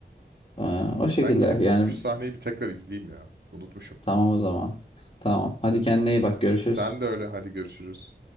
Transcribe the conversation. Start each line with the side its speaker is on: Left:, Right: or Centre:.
Left: Ee, o şekilde
Right: Ben gidip
Left: yani
Right: şu sahneyi bir tekrar izleyeyim ya. Unutmuşum.
Left: tamam o zaman. Tamam. Hadi kendine iyi bak görüşürüz.
Right: Sen de öyle hadi görüşürüz.